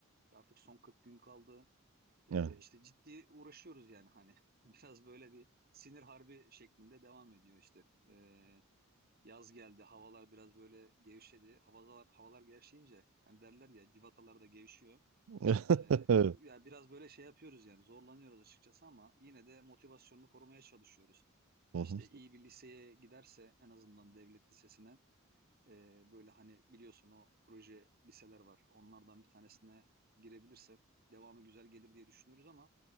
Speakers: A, on the right (about 45°); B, on the right (about 80°).
A: artık son 40 gün kaldı. Ee,
B: Evet.
A: işte ciddi uğraşıyoruz yani hani <laughs> biraz böyle bir sinir harbi şeklinde devam ediyor işte. Ee, yaz geldi havalar biraz böyle gevşedi. Havalar, havalar gevşeyince hani derler ya civatalar da gevşiyor.
B: <laughs>
A: Ee,
B: Evet.
A: ya biraz böyle şey yapıyoruz yani zorlanıyoruz açıkçası ama yine de motivasyonunu korumaya çalışıyoruz.
B: Hı hı.
A: İşte iyi bir liseye giderse en azından devlet lisesine e, böyle hani biliyorsun o proje liseler var. Onlardan bir tanesine girebilirse devamı güzel gelir diye düşünüyoruz ama